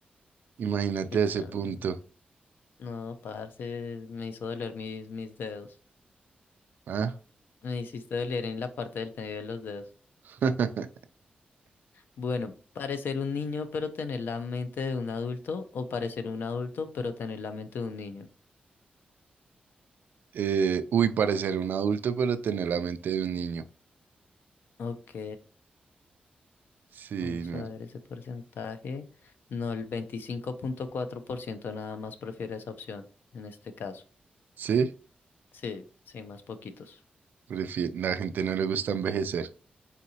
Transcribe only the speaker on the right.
Imagínate
a
ese punto.
¿Ah?
<laughs>
Eh, uy, parecer un adulto, pero tener la mente de un niño.
Sí,
no-
sí,
prefi- la gente no le gusta envejecer.